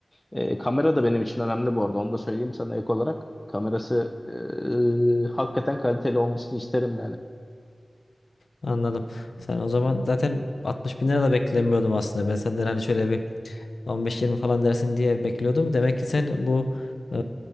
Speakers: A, on the left; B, on the left.
A: E, kamera da benim için önemli bu arada. Onu da söyleyeyim sana ek olarak. Kamerası e, hakikaten kaliteli olmasını isterim yani.
B: Anladım. Sen o zaman zaten 60 bin lira da beklemiyordum aslında. Ben senden hani şöyle bir 15-20 falan dersin diye bekliyordum. Demek ki sen bu e,